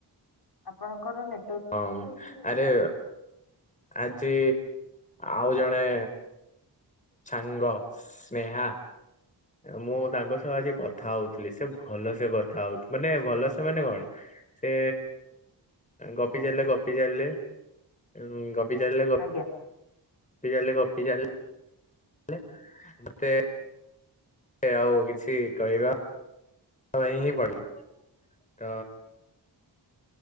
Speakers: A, on the left (about 60°); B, on the left (about 15°).
A: ଆପଣଙ୍କର ନେ
B: ହଁ ଆରେ ଆଜି ଆଉ ଜଣେ ସାଙ୍ଗ ସ୍ନେହା ମୁଁ ତାଙ୍କ ସହ ଆଜି କଥା ହଉଥିଲି ସେ ଭଲ ସେ କଥା ହଉ ମାନେ ଭଲ ସେ ମାନେ କଣ ସେ ଗପି ଚାଲିଲେ ଗପି ଚାଲିଲେ ଉଁ ଗ ଗପି ଚାଲିଲେ ଗପି
A: ଆଜ୍ଞା
B: ଚାଲିଲେ ଗପି ଚାଲିଲେ ମତେ ସେ ଆଉ କିଛି କହିବା <unintelligible> ତ